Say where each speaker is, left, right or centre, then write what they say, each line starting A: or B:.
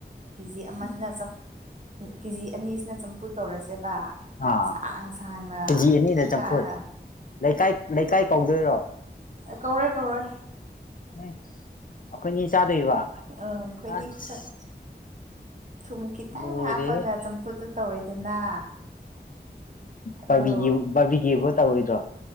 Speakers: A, on the right; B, on the left.
A: ꯀꯦꯖꯤ ꯑꯃꯁꯤꯅ ꯀꯦꯖꯤ ꯑꯅꯤꯁꯤꯅ ꯆꯝꯐꯨꯠ ꯇꯧꯔꯁꯦ
B: ꯑꯥ
A: ꯁꯥꯡ ꯁꯥꯡꯅ
B: ꯀꯦꯖꯤ ꯑꯅꯤꯅ ꯆꯝꯐꯨꯠ
A: ꯀꯛꯑꯒ
B: ꯂꯩꯀꯥꯏ ꯂꯩꯀꯥꯏ ꯀꯧꯗꯣꯏꯔꯣ
A: ꯀꯧꯔꯦ ꯀꯧꯔꯦ
B: ꯑꯩꯈꯣꯏꯅꯤ ꯆꯥꯗꯣꯏꯕ
A: ꯑꯪ ꯑꯩꯈꯣꯏꯅꯤ
B: ꯑꯁ
A: ꯈꯤꯇꯪ ꯊꯨꯝ ꯈꯤꯇꯪ
B: ꯂꯣꯏꯔꯦꯍꯦ
A: ꯍꯥꯞꯄꯒ ꯆꯝꯐꯨꯠꯇꯨ ꯇꯧꯔꯦꯗꯅ ꯑꯗꯣ
B: ꯕꯥꯕꯤꯒꯤ ꯕꯥꯔꯕꯤꯒꯤꯕꯨ ꯇꯧꯔꯣꯏꯗ꯭ꯔꯣ